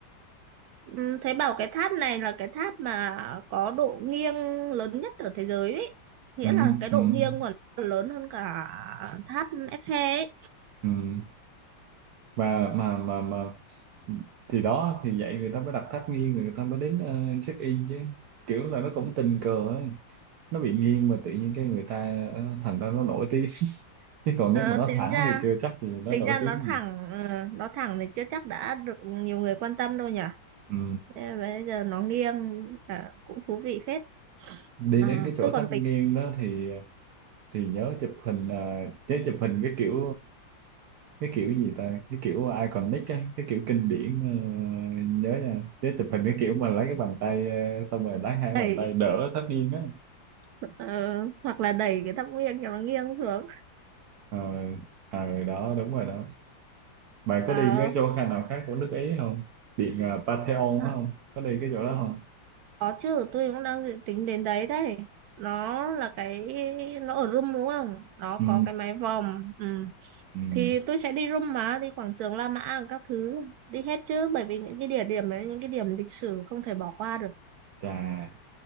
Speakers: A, on the right; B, on the right.
A: ừ, thấy bảo cái tháp này là cái tháp mà có độ nghiêng lớn nhất ở thế giới ấy nghĩa
B: Ừm,
A: là cái độ
B: ừm,
A: nghiêng của nó còn lớn hơn cả tháp Eiffel ấy
B: ừm. và mà mà mà thì đó thì vậy người ta mới đặt tháp nghiêng người ta mới đến ờ, check in chứ kiểu là nó cũng tình cờ ấy nó bị nghiêng mà tự nhiên cái người ta ờ, thành ra nó nổi tiếng <laughs> chứ còn
A: ờ,
B: nếu mà nó
A: tính
B: thẳng
A: ra
B: thì chưa chắc gì nó
A: tính
B: nổi
A: ra
B: tiếng
A: nó thẳng ờ, nó thẳng thì chưa chắc đã được nhiều người quan tâm đâu nhỉ
B: ừ
A: Thế mà bây giờ nó nghiêng à, cũng thú vị phết
B: đi
A: à,
B: đến cái chỗ
A: tôi còn
B: tháp
A: tính
B: nghiêng đó thì thì nhớ chụp hình ờ, chứ chụp hình cái kiểu cái kiểu gì ta cái kiểu iconic á cái kiểu kinh điển ờ, nhớ nha chứ chụp hình cái kiểu mà lấy cái bàn tay ờ, xong rồi lấy hai cái
A: thôi
B: bàn tay đỡ tháp nghiêng á
A: Ờ, hoặc là đẩy cái tháp nghiêng cho nó nghiêng xuống
B: ờ ờ, đó đúng rồi đó bạn
A: à,
B: có đi cái chỗ khác nào khác của nước Ý không điện ờ, Pantheon
A: à,
B: đó không có đi cái chỗ đó không
A: có chứ tôi cũng đang dự tính đến đấy đấy nó là cái nó ở room đúng không nó
B: ừ
A: có cái mái vòm ừ.
B: ừ
A: thì tôi sẽ đi room mà đi quảng trường La Mã các thứ đi hết chứ bởi vì những cái địa điểm đấy những cái điểm lịch sử không thể bỏ qua được
B: chà